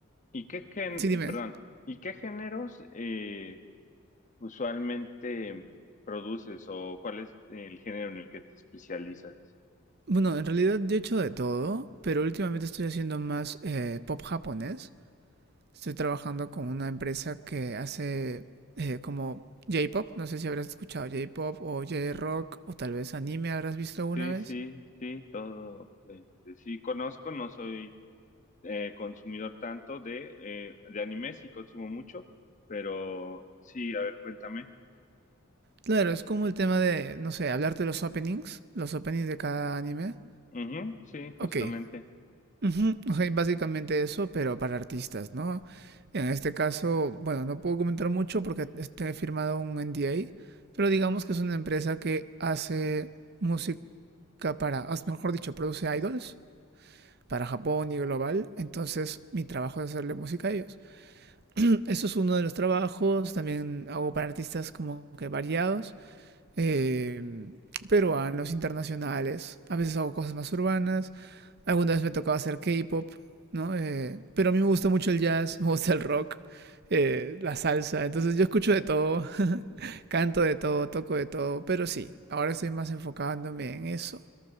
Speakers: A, on the left; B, on the right.
A: y qué gen-
B: Sí, dime.
A: eh, perdón, ¿y qué géneros eh, usualmente produces o cuál es el género en el que te especializas?
B: Bueno, en realidad yo he hecho de todo, pero últimamente estoy haciendo más eh, pop japonés. Estoy trabajando con una empresa que hace eh, como J-pop. No sé si habrás escuchado J-pop o J-rock o tal vez anime habrás visto alguna
A: Sí,
B: vez.
A: sí, sí, todo. este, sí, conozco, no soy eh, consumidor tanto de, eh, de anime, sí consumo mucho, pero sí, a ver, cuéntame.
B: Claro, es como el tema de, no sé, hablarte de los openings, los openings de cada anime.
A: Ujú, sí, justamente.
B: Ok. Ujú, ok, básicamente eso, pero para artistas, ¿no? En este caso, bueno, no puedo comentar mucho porque este, he firmado un NDA, pero digamos que es una empresa que hace música para, as- mejor dicho, produce idols para Japón y global, entonces mi trabajo es hacerle música a ellos. <clears throat> <coughs> Eso es uno de los trabajos, también hago para artistas como que variados, eh, peruanos, internacionales, a veces hago cosas más urbanas, alguna vez me tocaba hacer K-pop, ¿no? Eh, pero a mí me gusta mucho el jazz, <laughs> me gusta el rock, eh, la salsa, entonces yo escucho de todo, <laughs> canto de todo, toco de todo, pero sí, ahora estoy más enfocándome en eso.